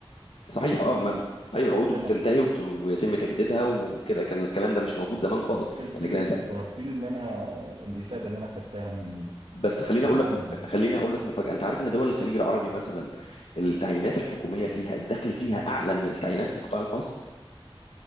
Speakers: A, on the left (about 85°); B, on the right (about 80°).
A: صحيح اه
B: ست
A: ما...
B: شهور،
A: ايوه عقوده
B: سنه
A: بتنتهي وبت... ويتم تجديدها وكده كان الكلام ده مش موجود زمان خالص
B: إيه،
A: يعني
B: فين
A: كانت
B: الاستقرار فين اللي انا الافاده اللي انا خدتها من
A: بس خليني
B: من
A: اقول لك
B: عادي معايا
A: خليني اقول لك مفاجاه انت عارف ان دول الخليج العربي مثلا التعيينات الحكوميه فيها الدخل فيها اعلى من التعيينات في القطاع الخاص